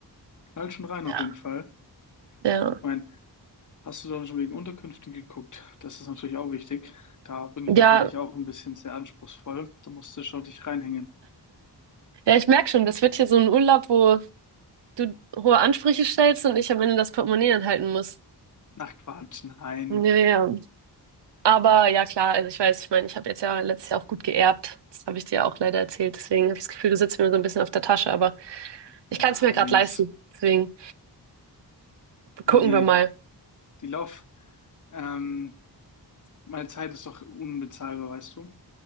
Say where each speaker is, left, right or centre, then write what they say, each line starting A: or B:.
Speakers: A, on the left; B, on the right.
A: knallt schon rein
B: Ja,
A: auf jeden Fall.
B: ja,
A: Ich meine, hast du dann schon wegen Unterkünften geguckt? Das ist natürlich auch wichtig. Da bin ich
B: ja.
A: natürlich auch ein bisschen sehr anspruchsvoll. Da musst du schon dich reinhängen.
B: Ja, ich merke schon, das wird hier so ein Urlaub, wo du hohe Ansprüche stellst und ich am Ende das Portemonnaie anhalten muss.
A: Ach Quatsch, nein,
B: Ja, ja. ja. Aber ja, klar, also ich weiß, ich meine, ich habe jetzt ja letztes Jahr auch gut geerbt. Das habe ich dir ja auch leider erzählt. Deswegen habe ich das Gefühl, du sitzt mir so ein bisschen auf der Tasche, aber
A: nein.
B: ich kann es mir gerade leisten.
A: Das,
B: Deswegen
A: guck
B: gucken
A: mal, die
B: wir mal.
A: die Lauf, ähm, meine Zeit ist doch unbezahlbar, weißt du?